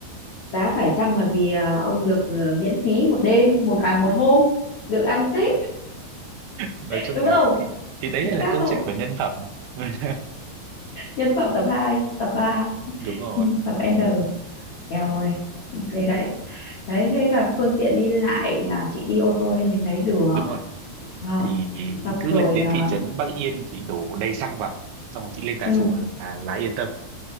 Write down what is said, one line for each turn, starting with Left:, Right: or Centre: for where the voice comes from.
Left: giá phải chăng là vì à, ông được ờ, miễn phí một đêm một à một hôm được ăn Tết
Right: nói
Left: <laughs>
Right: chung
Left: đúng
Right: là
Left: không
Right: thì, thì đấy
Left: chính
Right: lại là
Left: xác
Right: câu
Left: không
Right: chuyện của nhân phẩm <laughs>
Left: nhân phẩm tập hai tập ba
Right: đúng rồi
Left: ừ, tập N eo ơi ok đấy đấy thế là phương tiện đi lại là chị đi ô tô lên đến đấy được
Right: đúng rồi
Left: đúng không
Right: thì
Left: xong
Right: cứ
Left: rồi
Right: lên đến
Left: à,
Right: thị trấn Bắc Yên chị đổ đầy xăng vào xong rồi chị lên Tà
Left: ừ,
Right: Xùa là là yên tâm